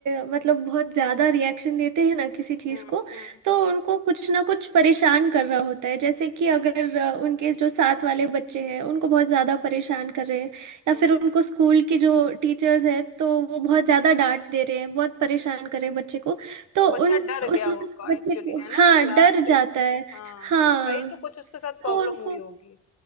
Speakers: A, on the right; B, on the left.
A: मतलब बहुत ज्यादा रिएक्शन देते हैं ना किसी चीज
B: हम्म
A: को
B: हम्म
A: तो
B: हम्म
A: उनको कुछ ना कुछ परेशान कर रहा होता है जैसे कि अगर अ, उनके जो साथ वाले बच्चे हैं उनको बहुत ज्यादा परेशान कर रहे हैं या
B: हम्म
A: फिर उनको स्कूल के जो टीचर्स हैं तो वो बहुत ज्यादा डांट दे रहे हैं बहुत परेशान कर रहे हैं बच्चे को तो
B: वो बच्चा
A: उन
B: डर गया
A: उस वक्त
B: होगा
A: बच्चे
B: एक्चुअली
A: को
B: है ना
A: हाँ
B: क्लास
A: डर जाता
B: में
A: है
B: हाँ
A: हाँ
B: हाँ कहीं तो कुछ उसके साथ प्रॉब्लम
A: तो उनको
B: हुई होगी